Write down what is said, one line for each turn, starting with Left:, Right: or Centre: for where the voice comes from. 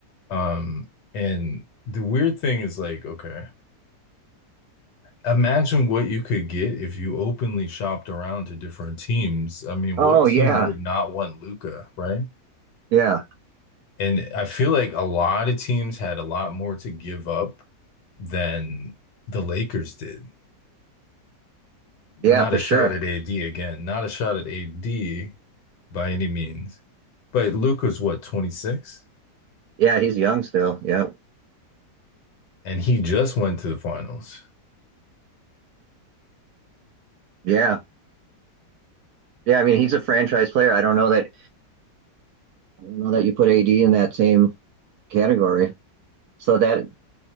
Left: Um and the weird thing is like, okay, imagine what you could get if you openly shopped around to different teams. I mean,
Right: Oh
Left: what team
Right: yeah,
Left: would not want Luca, right?
Right: yeah,
Left: And I feel like a lot of teams had a lot more to give up than the Lakers did. Not
Right: yeah, for
Left: a
Right: sure.
Left: shot at AD again, not a shot at AD by any means. But Luka's what, 26?
Right: Yeah, he's young still. Yeah,
Left: And he just went to the finals.
Right: yeah, yeah. I mean, he's a franchise player. I don't know that I don't know that you put AD in that same category. So that